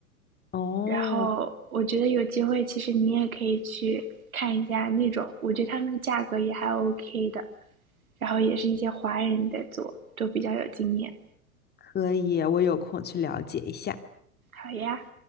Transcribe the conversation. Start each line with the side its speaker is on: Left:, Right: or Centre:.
Left: 哦，
Right: 然后我觉得有机会，其实你也可以去看一下那种，我觉得他们的价格也还 OK 的，然后也是一些华人在做，都比较有经验。
Left: 可以，我有空去了解一下。
Right: 好呀。